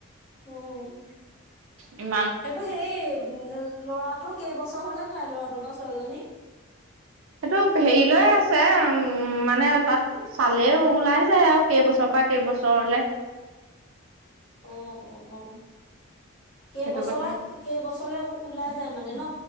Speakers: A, on the left (about 55°); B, on the right (about 70°).
A: উমঁ।
B: এ'
A: সেইটো সেই উমঁ ল'ৰাটো কেইবছৰ হ'লে খোৱাই ল'ৰাটো বা ছোৱালীজনী?
B: সেইটো হেৰি লৈ আছে উমঁ মানে তা'ত- চালে ওলাই যায় আৰু কেইবছৰৰ পৰা কেইবছৰলে।
A: অ অ অ কেইবছৰ
B: সেইটো কথা
A: পা কি- কেইবছৰলে ওলাই যায় মানে ন।